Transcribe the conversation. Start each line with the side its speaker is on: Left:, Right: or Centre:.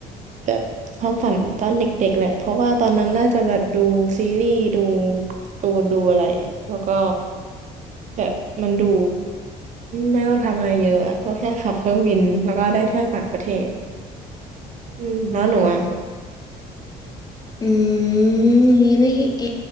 Right: แบบความฝันตอนเด็กๆแหละเพราะว่าตอนนั้นน่าจะแบบดูซีรีส์ดูการ์ตูนดูอะไรแล้วก็แบบมันดูไม่ต้องทำอะไรเยอะอะก็แค่ขับเครื่องบินแล้วก็ได้เที่ยวต่างประเทศอืมแล้วหนูอ่ะ
Left: อืมนี่นี่เอ